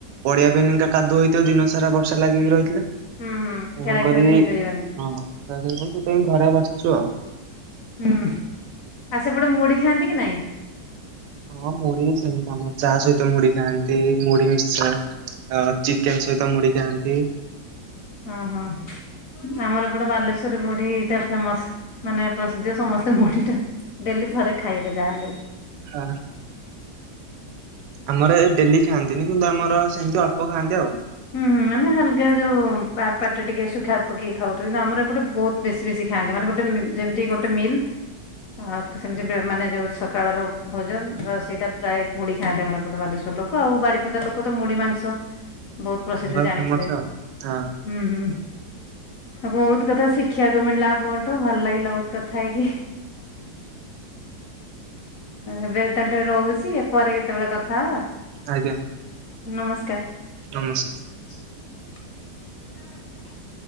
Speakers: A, on the right; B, on the left.
A: ପଡ଼ିଆ ପା ଏଇନିଙ୍କା କାଦୁଅ ହେଇଥିବ ଦିନ ସାରା ବର୍ଷା ଲାଗିକି ରହିଥିଲା।
B: ହୁଁ ହୁଁ ଖେଳା
A: ମୁଁ କଲି
B: ଖେଳି ବି ହେଇପାରିବନି
A: ହଁ ତା ସହିତ ସେଇପାଇଁ ଘରେ ବସଚୁ ଆଉ।
B: ହୁଁ ଆ ସେପଟେ ମୁଢ଼ି ଖାଆନ୍ତି କି ନାଇଁ?
A: ହଁ ମୁଢ଼ି ବି ସେମିତି ଆମର ଚା ସହିତ ମୁଢ଼ି ଖାଆନ୍ତି ମୁଢ଼ି ମିକ୍ସଚର ଆଉ ଚିକେନ୍ ସହିତ ମୁଢ଼ି ଖାଆନ୍ତି।
B: ହଁ ହଁ ଆମର ଏପଟେ ବାଲେଶ୍ଵରରେ ମୁଢ଼ିଟା ଫେମସ୍। ମାନେ ପ୍ରସିଦ୍ଧ ସମସ୍ତେ ମୁଢ଼ିଟା ଡେଲି ଥରେ ଖାଇବେ ଯାହା ହେଲେ।
A: ଅହ। ଆମର ଡେଲି ଖାଆନ୍ତିନି କିନ୍ତୁ ଆମର ସେମିତି ଅଳ୍ପ ଖାଆନ୍ତି ଆଉ।
B: ହୁଁ ହୁଁ ଆମେ ହାଲକା ଯୋଉ ପା
A: ଆ
B: ପାଟିରେ ଟିକେ ସୁଖା ପକେଇ ଖାଉଥିବେ କିନ୍ତୁ ଆମର ଏପଟେ ବହୁତ- ବେଶୀ ବେଶୀ ଖାଆନ୍ତି ମାନେ ଗୋଟେ ଯେମିତି ଗୋଟେ ମିଲ୍ ଆଉ ସେମିତି ମାନେ ଯୋଉ ସକାଳର ଭୋଜନ ସେଇଟା ପ୍ରାୟ ମୁଡି ଖାଆନ୍ତି ଆମର ଏପଟେ ବାଲେଶ୍ବର ଲୋକ ଆଉ ବାରିପଦା ଲୋକ ତ ମୁଢି ମାଂସ ବହୁତ ପ୍ରସିଦ୍ଧ
A: ଫେମସ
B: ଜାଣିଥିବେ।
A: ଆଉ ହଁ
B: ହୁଁ ହୁଁ ବହୁତ କଥା ଶିଖିବାକୁ ମିଳିଲା ଆପଣ ଭଲ ଲାଗିଲା ବହୁତ କଥା ହେଇକି। ଏବେ ତାହେଲେ ରହୁଛି ପରେ କେତେବେଳେ କଥା ହବା?
A: ଆଜ୍ଞା।
B: ନମସ୍କାର।
A: ନମସ୍କାର।
B: ସ ଚ